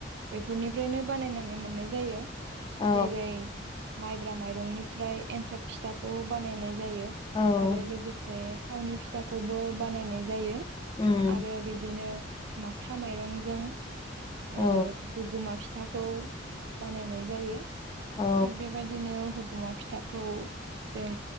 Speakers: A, on the right (about 60°); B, on the left (about 25°).
A: बेफोरनिफ्रायनो बानायनानै मोननाय जायो।
B: औ
A: जेरै माइ ब्रा माइरंनिफ्राय एन्थाब फिथाखौ बानायनाय जायो
B: औ
A: आरो लोगोसे थावनि फिथाखौबो बानायनाय जायो।
B: उम
A: आरो बिदिनो। माथा माइरंजों।
B: औ
A: ओ। अमा फिथाखौ बानायनाय जायो।
B: औ
A: थिग बेबायदिनो हु। अमा फिथाखौ जों